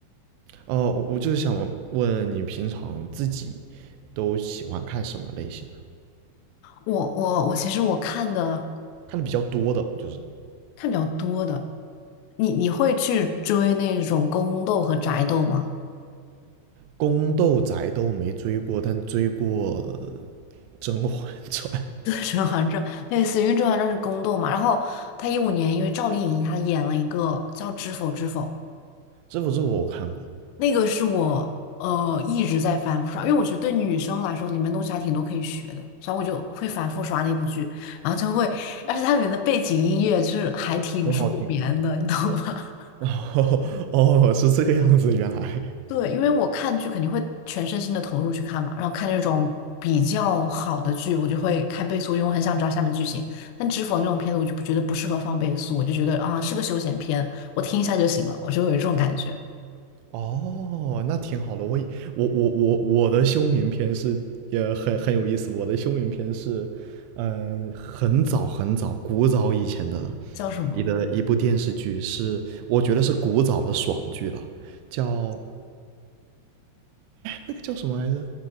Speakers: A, on the right; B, on the left.
A: 呃，我我就是想问你，平常自己都喜欢看什么类型的？
B: 我我我其实我看的
A: 看的比较多的，就是
B: 看比较多的，你你会去追那种宫斗和宅斗吗？
A: 宫斗宅都没追过，但追过呃甄嬛传》，
B: <laughs> 对，《甄嬛传》类似于，因为《甄嬛传》是宫斗嘛，然后他一五年因为赵丽颖她演了一个叫《知否知否》。
A: <laughs> 这部这部我看过。
B: 那个是我呃一直在反复刷，因为我觉得对女生来说，里面东西还挺多可以学的，所以我就会反复刷那部剧，然后就会，而且它里面的背景音乐就是还挺助眠的，
A: 很好听。
B: 你懂吗？<laughs>
A: <laughs> 哦哦，是这个样子，原来
B: 对，因为我看剧肯定会全身心的投入去看嘛，然后看那种比较好的剧，我就会开倍速，因为我很想知道下面剧情。但知否那种片子，我就不觉得不适合放倍速，我就觉得啊是个休闲片，我听一下就行了，我就有这种感觉。
A: 哦，那挺好的。我以我我我我的休眠篇是也很很有意思。我的休眠篇是，嗯、很早很早古早以前的
B: 叫什么？
A: 一个一部电视剧是，我觉得是古早的爽剧了，叫那个叫什么来着？